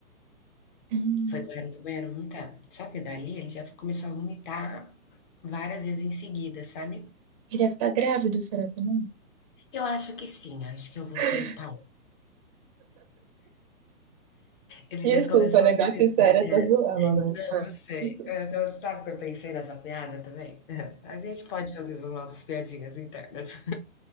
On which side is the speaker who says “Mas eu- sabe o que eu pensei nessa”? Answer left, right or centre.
Left